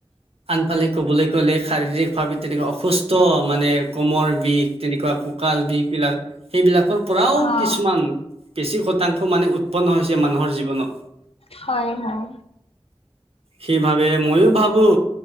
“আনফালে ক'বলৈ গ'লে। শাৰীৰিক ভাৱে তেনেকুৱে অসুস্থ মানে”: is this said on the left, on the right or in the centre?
Right